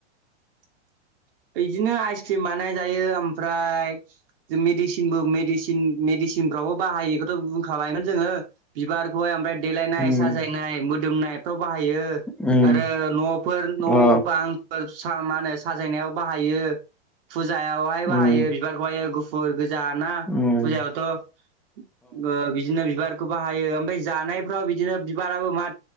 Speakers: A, on the right; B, in the centre.
A: <unintelligible> इदिनो आइसक्रिम बानाय जायो ओमफ्राय जों मेडिसिनबो मेडिसिन-मेडिसिन फ्रावबो बाहायो एखौथ बुंखाबायमोन जोङो बिबार खौहाय ओमफ्राय देलायनाय
B: उम
A: साजायनाय मोदोमनायफ्रा बाहायो
B: उम
A: आरो न'फोर न'
B: अ
A: बां । सा माहोनो साजायनायाव बाहायो फुजायावहाय बाहायो
B: उम
A: बिबारखौहायो गुफुर गो जाना
B: उम
A: फुजायावथ ओ बिदिनो बिबारखौ बाहायो ओमफाय जानायफ्राव बिदिनो बिबाराबो मा